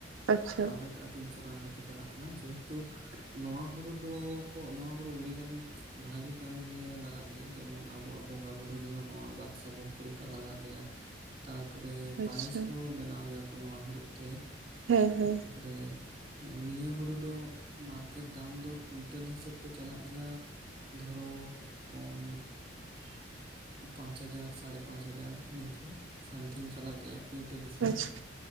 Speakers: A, on the right; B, on the right.
A: ᱟᱪᱪᱷᱟ
B: ᱪᱟᱣᱞᱮ ᱴᱟᱜ ᱛᱤᱱᱥᱚ ᱴᱟᱠᱟ ᱠᱟᱛᱮ ᱪᱟᱞᱟᱜ ᱠᱟᱱᱟ ᱡᱮᱦᱮᱛᱩ ᱱᱚᱣᱟ ᱦᱳᱲᱩ ᱫᱚᱠᱚ ᱱᱚᱣᱟ ᱦᱳᱲᱩ ᱩᱹᱲᱤᱜᱟᱱ ᱵᱷᱟᱜᱤ ᱠᱟᱹᱢᱤ ᱨᱮ ᱞᱟᱜᱟᱜ ᱜᱮᱭᱟ ᱡᱮᱢᱚᱱ ᱟᱵᱳᱣᱟᱜ ᱵᱚᱸᱜᱟ ᱵᱩᱨᱩ ᱨᱮᱦᱚᱸ ᱱᱚᱣᱟ ᱵᱟᱫᱥᱟᱵᱷᱳᱠ ᱦᱩᱲᱩᱴᱟᱜ ᱞᱟᱜᱟᱜ ᱜᱮᱭᱟ ᱛᱟᱨ ᱯᱚᱨᱮ ᱯᱟᱭᱮᱥ
A: ᱟᱪᱪᱷᱟ
B: ᱠᱚ ᱵᱮᱱᱟᱣ ᱜᱮᱭᱟ ᱠᱚ ᱱᱚᱣᱟ ᱦᱳᱲᱩ ᱛᱮ
A: ᱦᱮᱸ ᱦᱮᱸ
B: ᱨᱮ ᱱᱤᱭᱟᱹ ᱦᱩᱲᱩ ᱫᱚ ᱢᱟᱨ ᱠᱮᱴ ᱫᱟᱢ ᱫᱚ ᱠᱩᱭᱱᱴᱟᱞ ᱦᱤᱥᱟᱹᱵ ᱛᱮ ᱪᱟᱞᱟᱜ ᱜᱮᱭᱟ ᱫᱷᱚᱨᱚᱻ ᱩᱸ ᱯᱟᱸᱪ ᱦᱟᱡᱟᱨ ᱥᱟᱲᱮ ᱯᱟᱸᱪ ᱦᱟᱡᱟᱨ, ᱱᱤᱝᱠᱟᱹ᱾ ᱥᱟᱢᱛᱷᱤᱝ ᱪᱟᱞᱟᱜ ᱜᱮᱭᱟ ᱠᱩᱭᱤᱱᱴᱮᱞ ᱦᱤᱥᱟᱹᱵ
A: ᱟᱪᱪᱷᱟ
B: ᱛᱮ᱾